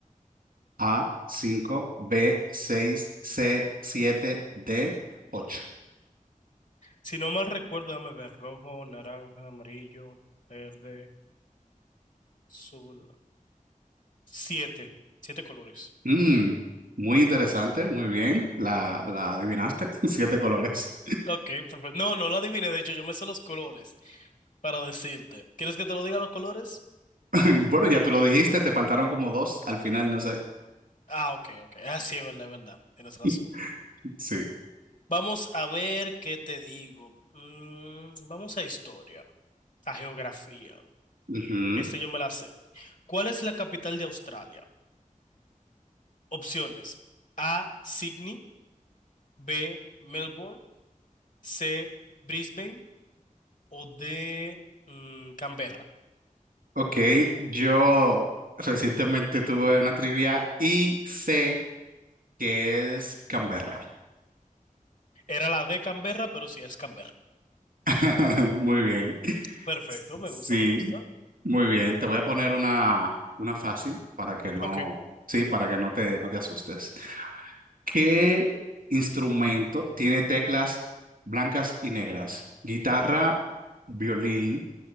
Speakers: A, on the right; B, on the left.
A: A, 5, B, 6, C, 7, D, 8.
B: Si no mal recuerdo, déjame ver, rojo, naranja, amarillo, verde, azul. Siete, siete colores.
A: Mm, muy interesante, muy bien, la, la adivinaste, <laughs> siete colores.
B: Ok, perfecto. No, no lo adiviné, de hecho, yo me sé los colores para decirte. ¿Quieres que te lo diga los colores?
A: <laughs> Bueno, ya tú lo dijiste, te faltaron como dos al final, no sé.
B: Ah, ok, ok. Ah, sí, es verdad, es verdad. Tienes razón.
A: <laughs> Sí.
B: Vamos a ver qué te digo. Mm, vamos a historia, a geografía.
A: Ujú.
B: Este yo me la sé. ¿Cuál es la capital de Australia? Opciones. A, Sydney. B, Melbourne, C, Brisbane o D, mm, Canberra.
A: Ok, yo recientemente tuve una trivia y sé que es Canberra.
B: Era la de Canberra, pero sí es Canberra.
A: <laughs> Muy bien.
B: Perfecto, me
A: Sí,
B: gusta, me gusta.
A: muy bien. Te voy a poner una, una fácil para que no,
B: Ok,
A: sí, para que no te, no te asustes. ¿Qué instrumento tiene teclas blancas y negras? Guitarra, violín,